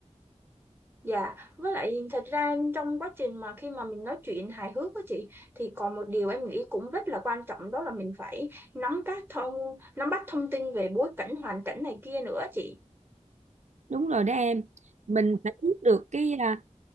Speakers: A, on the right (about 15°); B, on the right (about 70°).
A: Dạ, với lại thật ra trong quá trình mà khi mà mình nói chuyện hài hước á chị thì còn một điều em nghĩ cũng rất là quan trọng đó là mình phải nắm các thông nắm bắt thông tin về bối cảnh hoàn cảnh này kia nữa chị.
B: đúng rồi đó em mình phải biết được cái à,